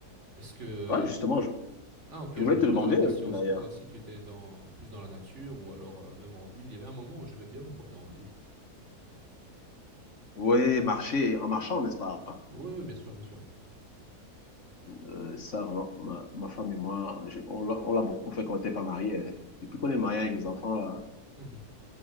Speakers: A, on the right (about 45°); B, on the left (about 55°).
A: Est-ce que...
B: Ouais, justement, je,
A: Ah, ok,
B: je voulais
A: je me
B: te
A: posais
B: demander,
A: la question
B: euh, d'ailleurs.
A: si toi aussi tu étais dans, plus dans la nature ou alors euh, même en ville. Il y avait un moment où j'aimais bien me promener en ville.
B: Oui, marcher en marchant, n'est-ce pas?
A: Oui, oui, bien sûr, bien sûr.
B: Euh, ça, vraiment, ma, ma femme et moi, je- on l'a on l'a beaucoup fait quand on n'était pas mariés. hein. Depuis qu'on est mariés avec les enfants, là,
A: Hum, hum.